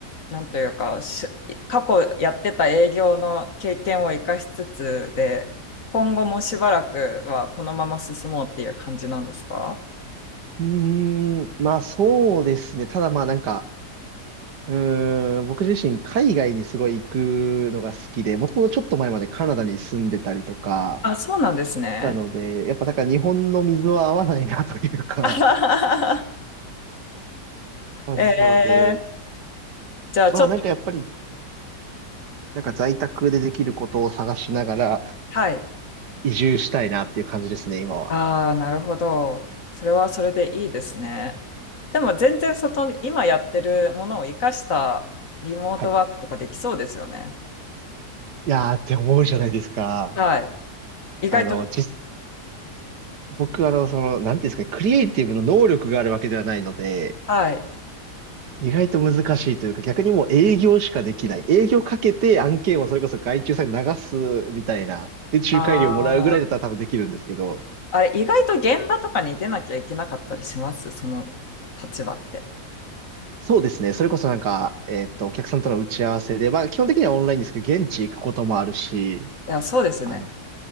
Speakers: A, on the left; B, on the right.
A: なんというか、し過去やってた営業の経験を生かしつつで、今後もしばらくはこのまま進もうっていう感じなんですか
B: うーん、まあそうですね。ただまあなんか、うーん、僕自身海外にすごい行くのが好きで、もともとちょっと前までカナダに住んでたりとか、
A: あ、そうなんですね。
B: なので、やっぱなんか日本の水は合わないなというか、
A: <laughs> あははは
B: 感じなので、
A: えー、じゃあちょっと、
B: まあなんかやっぱりなんか在宅でできることを探しながら
A: はい。
B: 移住したいなっていう感じですね、今は。
A: ああ、なるほど。それはそれでいいですね。でも全然外に、今やってるものを活かしたリモートワークとかできそうですよね。
B: はい。いやーって思うじゃないですか。
A: はい。意外と、
B: あの、実、僕あの、その、なんていうんですかね、クリエイティブの能力があるわけではないので、
A: はい。
B: 意外と難しいというか、逆にもう営業しかできない。営業かけて案件をそれこそ外注さんに流すみたいな。で、仲介料もらうぐらいだったら多分できるんですけど。
A: ああ。あれ、意外と現場とかに出なきゃいけなかったりしますその立場って。
B: そうですね。それこそなんか、えーっと、お客さんとの打ち合わせで、まあ基本的にはオンラインですけど、現地行くこともあるし、
A: いや、そうですよね。
B: あの、